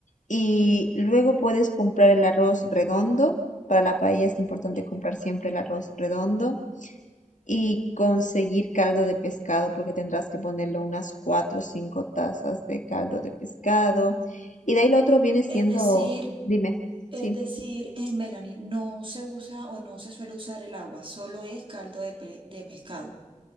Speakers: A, on the left; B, on the right.
A: Y luego puedes comprar el arroz redondo. Para la paella es importante
B: Sí.
A: comprar siempre el arroz redondo y conseguir caldo de pescado porque tendrás que ponerle unas 4 o 5 tazas de caldo de pescado. Y de ahí lo otro viene siendo,
B: Es decir,
A: dime,
B: es
A: sí.
B: decir, eh, Melanie, no se usa o no se suele usar el agua, solo es caldo de, pe- de pescado.